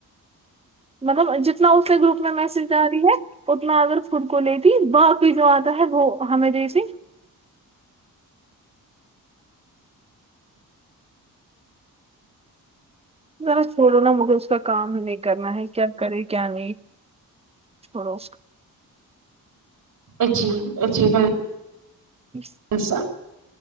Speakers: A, on the right (about 15°); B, on the right (about 60°).
A: مطلب جتنا اس کے گروپ میں میسج جاری ہے اتنا اگر خود کو لیتی باقی جو آتا ہے وہ ہمیں دیتی ذرا چھوڑو نا مجھے اس کا کام ہی نہیں کرنا ہے کیا کرے کیا نہیں چھوڑو
B: عجیب ا جیبنب
A: <unintelligible>
B: ایسا